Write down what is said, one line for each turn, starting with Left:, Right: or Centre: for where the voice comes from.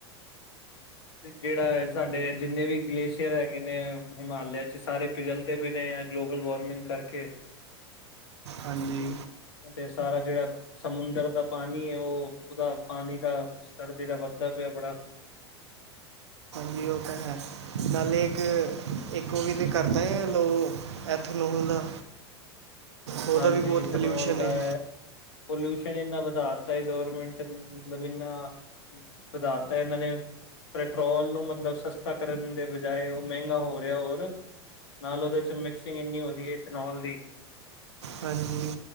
Left: ਜਿਹੜਾ ਸਾਡੇ ਜਿੰਨੇ ਵੀ ਗਲੇਸ਼ੀਅਰ ਹੈਗੇ ਨੇ ਹਿਮਾਲਿਆ 'ਚ ਸਾਰੇ ਪਿਘਲਦੇ ਪਏ ਨੇ। ਗਲੋਬਲ ਵਾਰਮਿੰਗ ਕਰਕੇ।
Right: ਹਾਂਜੀ।
Left: ਤੇ ਸਾਰਾ ਜਿਹੜਾ। ਸਮੁੰਦਰ ਦਾ ਪਾਣੀ ਏ ਓ ਓਹਦਾ ਪਾਣੀ ਦਾ ਸਤਰ ਜਿਹੜਾ ਵੱਧਦਾ ਪਿਆ ਬੜਾ।
Right: ਨੀ ਓ ਤਾ ਹੈ। ਨਾਲੇ ਇਕ ਇਕ ਓ ਵੀ ਤੇ ਕਰਦਾ ਐ ਲੋ ਐਥਨੋਲ। ਉਹਦਾ
Left: ਹਾਂਜੀ
Right: ਵੀ ਬਹੁਤ
Left: ਇਥਨੋਲ
Right: ਪੋਲਿਊਸ਼ਨ
Left: ਦਾ
Right: ਹੈ
Left: ਐ ਪਲਿਊਸ਼ਨ ਇੰਨਾ ਵਧਾ ਤਾ ਏ। ਗੌਰਮੈਂਟ ਮਤਲਬ ਏਨਾ ਵਧਾਤਾ ਇਹਨਾਂ ਨੇ। ਪੈਟਰੋਲ ਨੂੰ ਮਤਲਬ ਸਸਤਾ ਕਰਨ ਦੇ ਬਜਾਏ ਉਹ ਮਹਿੰਗਾ ਹੋ ਰਿਹਾ ਹੋਰ। ਨਾਲ ਉਹਦੇ 'ਚ ਮਿਕਸਿੰਗ ਇੰਨੀ ਹੋ ਰਹੀ ਏ ਈਥਨੋਲ ਦੀ।
Right: ਹਾਂਜੀ।